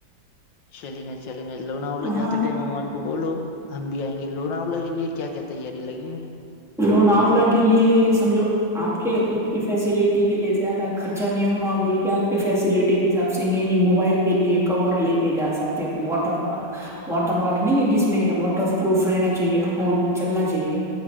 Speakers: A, on the left (about 70°); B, in the centre.
A: چلیں گا چلیں گا لوناوولے
B: ہاں
A: جاتے ٹائم ہمارے کو بولو ہم بھی آئیں گے لوناوا کے لیے کیا کیا تیاری لگیں گی
B: لوون آو ل کے لیے سمجھو آپ کے خود کی فیسلٹی کے لیے زیادہ خرچہ نہیں ہونا بول کے آپ فیسلٹی کے حساب سے یہیں موبائل کے لیے کور لے کے جا سکتے واٹر پارک واٹر والا نہیں ہے جس میں واٹر پروف رہنا چاہیے فون چلنا چاہیے